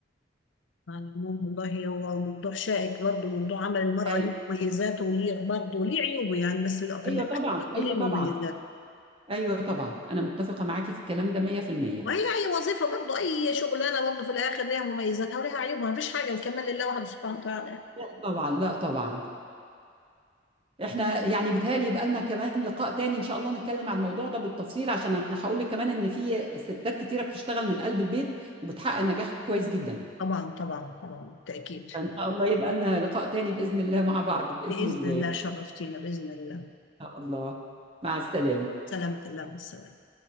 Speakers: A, on the left; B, on the right.
A: على العموم والله هو موضوع شائك برضه موضوع عمل المرأة
B: ايوه
A: ليه مميزاته وليه برضه ليه عيوبه يعني بس في الآخر
B: ايوه طبعا
A: برضه
B: ايوه
A: ليه
B: طبعا
A: مميزات
B: ايوه طبعا انا متفقة معاكي في الكلام ده 100%
A: وهي أي وظيفة برضه أي شغلانة برضه في الآخر ليها مميزاتها وليها عيوبها مفيش حاجة الكمال لله وحده سبحانه وتعالى
B: لا طبعا لا طبعا احنا يعني بيتهيألي يبقى لنا كمان لقاء تاني ان شاء الله نتكلم على الموضوع ده بالتفصيل عشان انا هقول لك كمان ان في ستات كتيرة بتشتغل من قلب البيت وبتحقق نجاح كويس جدا
A: طبعا طبعا طبعا بالتأكيد
B: فان شاء الله يبقى لنا لقاء تاني بإذن الله مع بعض بإذن
A: بإذن
B: الله
A: الله
B: ان
A: شرفتينا بإذن الله
B: شاء الله مع السلامة
A: سلامة الله والسلام